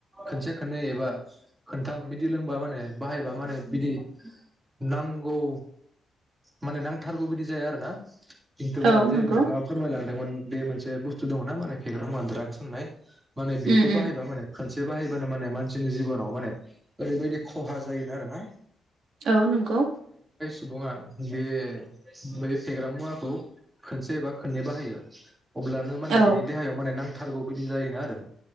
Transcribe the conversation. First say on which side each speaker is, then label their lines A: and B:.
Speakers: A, on the right (about 15°); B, on the right (about 80°).
A: खोनसे खोननै एबा खोनथाम बिदि लोंबा माने बाहायबा माने बिदि नांगौ। माने नांथारगौ बिदि जाया आरो ना। <inaudible> खिन्थुबा
B: औ
A: जेरै
B: नंगौ
A: नोंथाङा फोरमायलांदोंमोन। बे मोनसे बुस्थु दङना माने फेग्रा मुवा ड्राकस होननाय। माने बेखौ
B: उम उम
A: बाहायबा माने खोनसे ए बाहैबानो माने मानसिनि जिबनाव माने ओरैबायदि खहा जायोना आरो ना।
B: औ नंगौ।
A: सुबुङा बे बै फेग्रा मुवाखौ खनसे एबा खननै बाहायो। अब्लानो माने
B: औ
A: बिनियाव माने नां थारगौ बिदिनो जायोना आरो।